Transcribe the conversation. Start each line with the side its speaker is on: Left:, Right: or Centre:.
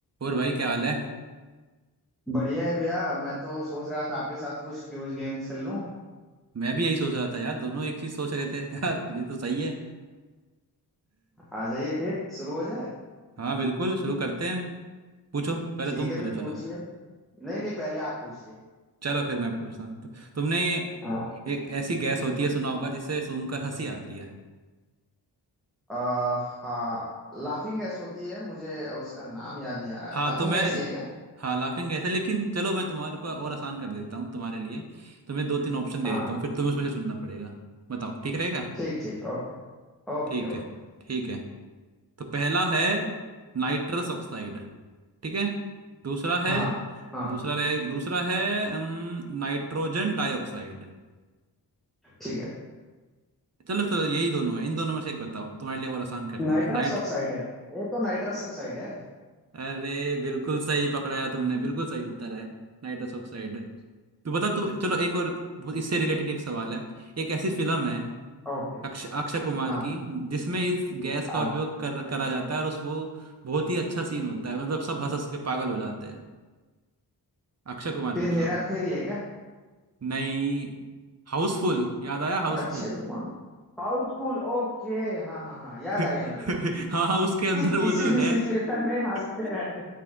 Right: और भाई क्या हाल है
Centre: बढ़िया है भैया मैं तो सोच रहा था आपके साथ कुछ क्यूज गेम खेल लूं
Right: मैं भी यही सोच रहा था यार दोनों एक चीज सोच रहे थे <laughs> यार ये तो सही है
Centre: आ जाइए फिर शुरू हो जाए
Right: हाँ बिल्कुल शुरू करते हैं पूछो पहले
Centre: ठीक
Right: तुम
Centre: है
Right: पूछो
Centre: फिर
Right: चलो
Centre: पूछिए नहीं नहीं पहले आप पूछिए
Right: चलो फिर मैं पूछता हूँ तु, तुमने
Centre: हाँ
Right: एक ऐसी गैस होती है सुना होगा जिससे सूंघकर हंसी आती है
Centre: आ, हाँ लाफिंग गैस होती है मुझे उसका नाम याद नहीं आ रहा
Right: हाँ
Centre: लाफिंग
Right: तो मैं
Centre: गैस ही है क्या
Right: हाँ लाफिंग गैस है लेकिन चलो मैं तुम्हारे को और आसान कर देता हूँ तुम्हारे लिए तुम्हें दो तीन ऑप्शन दे
Centre: हाँ
Right: देता हूँ फिर तुम्हें उसमें से चुनना पड़ेगा बताओ ठीक रहेगा
Centre: ठीक ठीक ओके Okay
Right: ठीक
Centre: okay
Right: है ठीक है तो पहला है नाइट्रस ऑक्साइड ठीक है दूसरा है
Centre: हाँ हाँ
Right: दूसरा रहे दूसरा है अम, नाइट्रोजन डाइऑक्साइड
Centre: ठीक है
Right: चलो चलो यही दोनों है इन दोनों में से एक बताओ तुम्हारे लिए और आसान कर
Centre: नाइट्रस
Right: दिया नाइट
Centre: ऑक्साइड है ये तो नाइट्रस ऑक्साइड है
Right: अरे बिल्कुल सही पकड़ाया तुमने बिल्कुल सही उत्तर है नाइट्रस ऑक्साइड तू बता तू चलो एक और वो इससे रिलेटेड एक सवाल है एक ऐसी फिल्म है
Centre: ओके
Right: अक्ष अक्षय कुमार
Centre: हाँ
Right: की जिसमें इस गैस का
Centre: हाँ
Right: उपयोग कर करा जाता है और उस वो बहुत ही अच्छा सीन होता है मतलब सब हंस हंस के पागल हो जाते हैं अक्षय कुमार
Centre: फिर
Right: की
Centre: हेरा
Right: फिल्म है
Centre: फेरी है क्या
Right: नहीं हाउसफुल याद आया हाउसफुल
Centre: अच्छे कुमार हाउसफुल ओके हाँ हाँ हाँ याद
Right: <laughs>
Centre: आ गया मेरे को
Right: हाँ हाँ उसके अंदर
Centre: जी,
Right: वो
Centre: किसी
Right: जो नैल
Centre: भी सिचुएशन में हंसते
Right: <laughs>
Centre: रहते